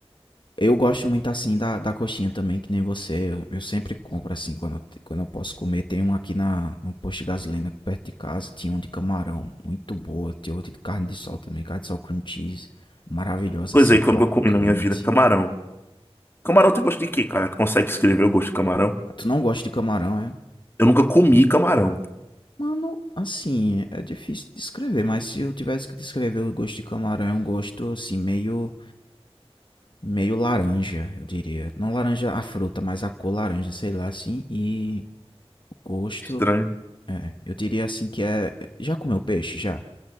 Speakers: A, on the left; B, on the left.
A: Eu gosto muito assim da, da coxinha também, que nem você. Eu, eu sempre compro assim quando eu, te- quando eu posso comer. Tem um aqui na, no posto de gasolina perto de casa. Tinha um de camarão, muito boa. Tem outro de carne de sol também. Carne de sol cream cheese. Maravilhosa,
B: Coisa
A: assim,
B: aí
A: crocante.
B: que eu nunca comi na minha vida, camarão. Camarão tem gosto de quê, cara? Tu consegue escrever o gosto de camarão?
A: Ah, Tu não gosta de camarão, é?
B: Eu nunca comi camarão.
A: Mano, assim, é difícil descrever, mas se eu tivesse que descrever o gosto de camarão, é um gosto assim, meio, meio laranja, eu diria. Não laranja a fruta, mas a cor laranja, sei lá, assim. E o gosto.
B: Estranho.
A: É, eu diria assim que é. Já comeu peixe? Já?